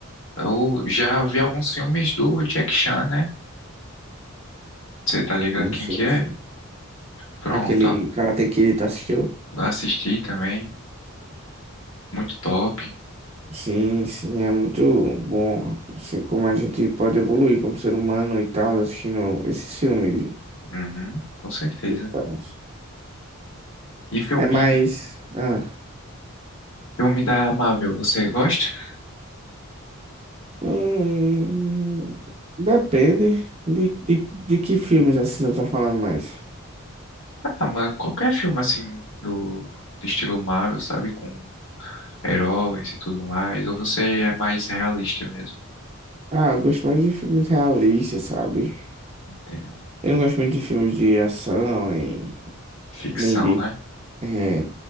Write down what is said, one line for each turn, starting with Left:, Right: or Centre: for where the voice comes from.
Left: Eu já vi alguns filmes do Jack Chan, né? Você tá ligado
Right: Sim,
Left: quem
Right: sim,
Left: que é?
Right: sim.
Left: Pronto,
Right: Aquele
Left: a-
Right: Karate Kid, tá assistiu?
Left: assisti também. Muito top.
Right: Sim, sim, é muito bom, assim, como a gente pode evoluir como ser humano e tal, assistindo esse filme. de-
Left: Uhum, com certeza.
Right: e tal.
Left: E filme,
Right: É mais... Ah,
Left: filme da Marvel, você gosta? <laughs>
Right: hum, depende de, de, de que filmes assim eu tô falando mais.
Left: Ah, mano, qualquer filme assim do, do estilo Marvel, sabe? Com heróis e tudo mais. Ou você é mais realista mesmo?
Right: Ah, eu gosto mais de filmes realistas, sabe?
Left: Entendo.
Right: Eu não gosto muito de filmes de ação, nem,
Left: Ficção,
Right: nem de.
Left: né?
Right: É,